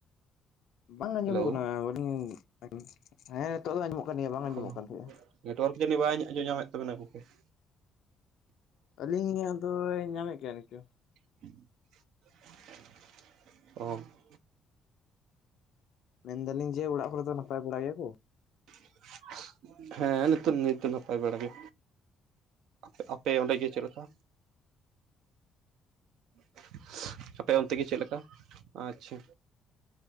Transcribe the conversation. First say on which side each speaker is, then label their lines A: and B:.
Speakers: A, on the left; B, on the right.
A: ᱵᱟᱝ ᱟᱸᱡᱚᱢᱚᱜ
B: ᱦᱮᱞᱳ
A: ᱠᱟᱱᱟ, ᱵᱟᱹᱞᱤᱧ, ᱮᱸᱻ ᱦᱮᱸᱼᱱᱤᱛᱚᱜ ᱫᱚ, ᱟᱸᱡᱚᱢᱚᱜ ᱠᱟᱱ ᱜᱮᱭᱟ ᱵᱟᱝ ᱟᱸᱡᱚᱢᱚᱜ
B: ᱚᱼ,
A: ᱠᱟᱱ ᱛᱟᱦᱮᱸᱜᱼᱟ
B: ᱱᱮᱴᱣᱟᱨᱠ ᱡᱟᱹᱱᱤᱡ, ᱵᱟᱭ ᱟᱸᱡᱚᱢ ᱧᱟᱢᱮᱫ ᱛᱟᱵᱮᱱᱟ, ᱜᱚᱝᱠᱮ ᱾
A: ᱟᱹᱞᱤᱧᱟᱜ ᱫᱚᱭ, ᱧᱟᱢᱮᱫ ᱜᱮᱭᱟ, ᱱᱤᱛᱚᱜ
B: <unintelligible> ᱚᱼ ᱾
A: ᱢᱮᱱ ᱮᱫᱟᱹᱞᱤᱧ ᱡᱮ, ᱚᱲᱟᱜ ᱠᱚᱨᱮ ᱫᱚ, ᱱᱟᱯᱟᱭ ᱵᱟᱲᱟ ᱜᱮᱭᱟ ᱠᱚ ᱾
B: <unintelligible> ᱦᱮᱸᱼᱱᱤᱛᱚᱜ, ᱱᱤᱛ ᱫᱚ, ᱱᱟᱯᱟᱭ ᱵᱮᱲᱟ ᱜᱮ, ᱟᱯ ᱟᱯᱮ ᱚᱸᱰᱮ ᱜᱮ, ᱪᱮᱫ ᱞᱮᱠᱟ? <unintelligible> ᱟᱯᱮ ᱚᱱᱛᱮ ᱜᱮ, ᱪᱮᱫ ᱞᱮᱠᱟ? ᱟᱪᱪᱷᱟ,